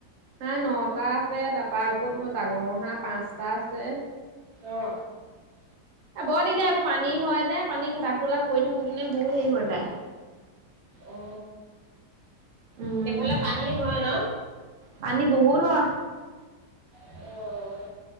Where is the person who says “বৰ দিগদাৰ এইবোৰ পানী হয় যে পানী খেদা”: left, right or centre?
Right